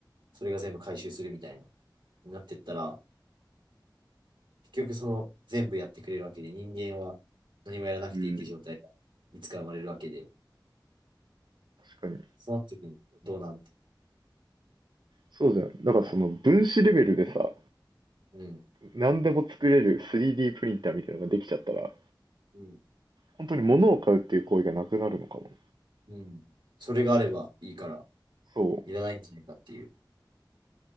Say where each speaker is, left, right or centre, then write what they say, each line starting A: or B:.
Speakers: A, on the right; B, on the right.
A: それが全部回収するみたいな、になってったら、結局その全部やってくれるわけで、人間は何もやらなくていいって状態がいつか生まれるわけで、
B: うん、確かに。
A: そうなった時にどうなんて。
B: そうじゃんだからその分子レベルでさ、
A: うん。
B: 何でも作れる 3D プリンターみたいなのができちゃったら、
A: うん。
B: 本当に物を買うっていう行為がなくなるのかも。
A: うん。それがあればいいから、
B: そう。
A: いらないんじゃないかっていう。